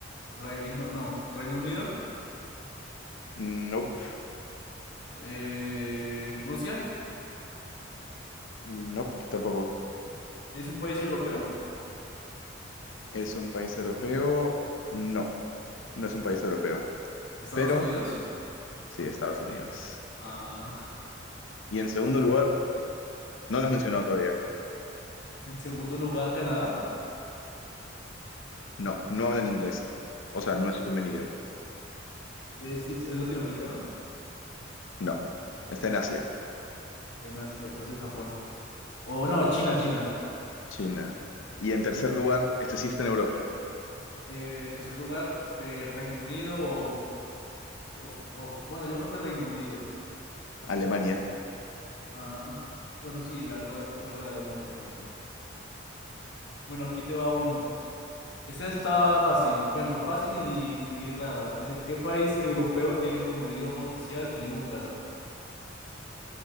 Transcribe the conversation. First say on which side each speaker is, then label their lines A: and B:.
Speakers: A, on the left; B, on the left.
A: Reino, no, Reino Unido.
B: Nope,
A: eh, Rusia.
B: nope, tampoco.
A: Es un país europeo.
B: ¿Es un país europeo? No, no es un país europeo,
A: Estados
B: pero
A: Unidos.
B: sí, Estados Unidos.
A: Ah. <laughs>
B: Y en segundo lugar, no lo has mencionado todavía.
A: En segundo lugar, Canadá.
B: No, no hablan inglés. O sea, no es su primer
A: eh,
B: idioma.
A: es, es latinoamericano.
B: No, está en Asia,
A: En Asia, entonces Japón. O no, China, China.
B: China. Y en tercer lugar, este sí está en Europa,
A: Eh, en tercer lugar, eh, Reino Unido o, o- o- Bueno, yo creo que Reino Unido.
B: Alemania,
A: Ah, <laughs> bueno, sí, la verdad, verdad, Alemania, Alemania. Bueno, aquí te va uno. Esta está fácil, bueno, fácil y, y- y rara. Dice, ¿qué país europeo tiene como idioma oficial el húngaro?